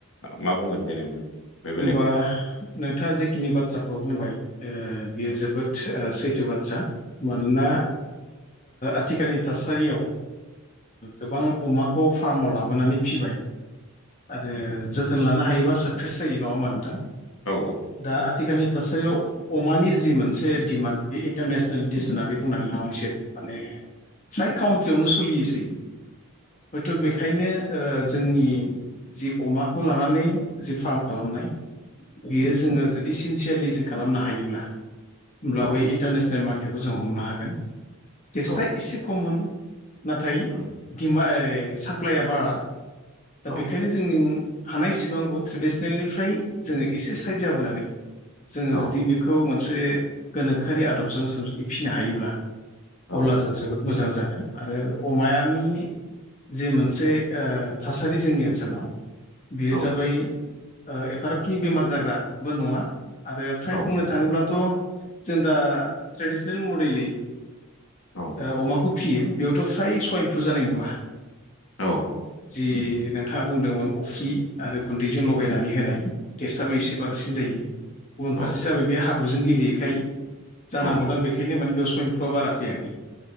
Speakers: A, on the left; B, on the left.
A: मा बुंगोन जेनेबा बे बेलायाव
B: होमबा नोंथाङा जिेखिनि बाथ्राफोरखौ बुंबाय बियो जोब जोबोद सैथो बाथ्रा मानोना आथिखालनि थासारियाव गोबां अमाखौ फार्माव लाबोनानै फिबाय आरो जोथोन लानो हायोबा साक्सेस जायो नङा होमा नोंथां
A: औ
B: दा आथिखालनि थासारियाव अमानि जि मोनसे डिमान्ड बे इन्टारनेसनेल दिडिस होननानै बुंनानै लानांसिन माने फ्राय काउन्ट्रियावनो सोलियोसै हयथ' बे ओखायनो जोंनि जि अमाखौ लानानै जि फार्म खालामनाय बियो जोङो जुदि सिनसियारलि जों खालामनो हायोब्ला होमब्ला
A: औ
B: बै इन्टारनेसनेल मार्केटखौ जों हमनो हागोन टेस्टआ
A: औ
B: एसे खममोन। नाथाय
A: उम
B: दिमा साप्लाइया बारा
A: औ
B: दा बेखायनो जोंनि हानाय सिबांखौ ट्रेडिसनेलनिफ्राय जोङो एसे साइड जाबोनानै जोङो
A: औ
B: जुदि बेखौ मोनसे गोनोखोआरि आदबजों जों जुदि फिसिनो हायोब्ला अब्ला
A: औ
B: जों जोबोद मोजां जागोन आरो अमानि जि मोनसे थासारि जोंनि ओनसोलाव बेयो
A: औ
B: जाबाय एफाराबखिनि बेमार जाग्राबो नङा आरो फ्राय
A: औ
B: बुंनो थाङोब्लाथ' जों दा ट्रेडिसनेल मडेलै
A: औ
B: अमाखौ फियो बेयावथ' फ्राय सइनफ्लु जानाय नुवा
A: औ।
B: जि नोंथाङा बुंदोंमोन अफ्रि आरो गुन्दैजों लगायनानै होनाय टेस्टआबो एसे बांसिन जायो गुबुन फारसे
A: औ
B: जाबाय बे हाब्रुजों गेलेयैखाय जानांगौ
A: औ
B: दं बेखायनो माने बेयाव सयन फ्लआ बारा फैयाखै